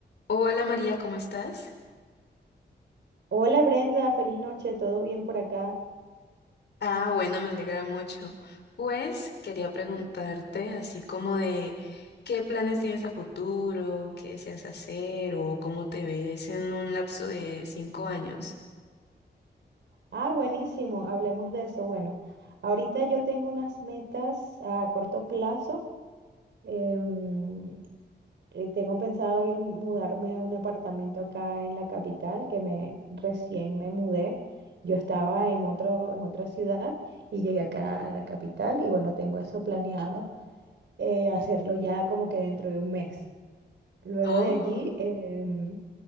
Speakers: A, on the left; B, on the right.
A: Hola María, ¿cómo estás?
B: Hola Brenda, feliz noche, ¿todo bien por acá?
A: Ah, bueno, me alegra mucho. Pues quería preguntarte así como de qué planes tienes a futuro, qué deseas hacer o cómo te ves en un lapso de cinco años.
B: Ah, buenísimo, hablemos de eso. Bueno, ahorita yo tengo unas metas a corto plazo. em, eh, tengo pensado ir mudarme a un apartamento acá en la capital, que me recién me mudé. Yo estaba en otro, en otra ciudad y llegué acá a la capital y bueno, tengo eso planeado, eh, hacerlo ya como que dentro de un mes. Luego
A: Oh.
B: de allí, em,